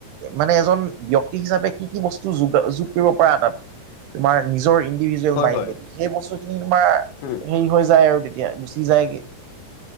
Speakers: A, on the right; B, on the left.
A: মানে এজন ব্যক্তি হিচাপে কি -কি বস্তু যো -যোগ কৰিব পাৰা তাত তোমাৰ নিজৰ ইণ্ডিভিজুৱেল
B: হয়
A: মাইণ্ডেদি?
B: হয়,
A: সেই বস্তুখিনি তোমাৰ
B: উম,
A: হেই হৈ যায় আৰু তেতিয়া গুচি যায়গে।